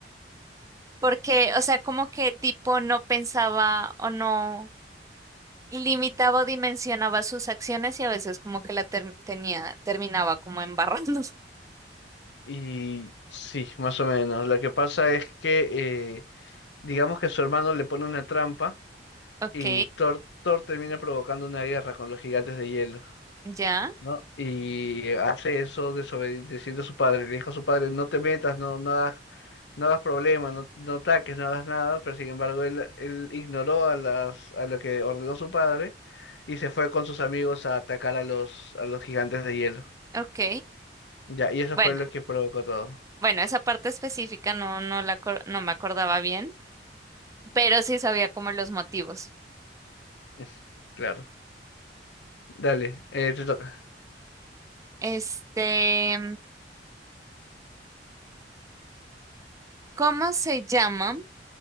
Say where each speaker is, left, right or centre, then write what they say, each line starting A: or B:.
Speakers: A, on the right; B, on the left.
A: porque, o sea, como que tipo no pensaba o no. limitaba o dimensionaba sus acciones y a veces como que la ter- tenía, terminaba como embarrando. <laughs>
B: Y sí, más o menos. Lo que pasa es que, eh, digamos que su hermano le pone una trampa
A: Ok,
B: y Thor, Thor termina provocando una guerra con los gigantes de hielo.
A: ya,
B: ¿no? Y hace eso desobedeciendo a su padre. Le dijo a su padre, no te metas, no, no hagas, no hagas problemas, no, no ataques, no hagas nada. Pero sin embargo, él, él ignoró a las, a lo que ordenó su padre y se fue con sus amigos a atacar a los, a los gigantes de hielo.
A: ok.
B: Ya, y eso
A: Bueno,
B: fue lo que provocó todo.
A: bueno, esa parte específica no, no la, acor- no me acordaba bien, pero sí sabía como los motivos.
B: <laughs> Claro. Dale, eh, te toca.
A: Este, ¿cómo se llama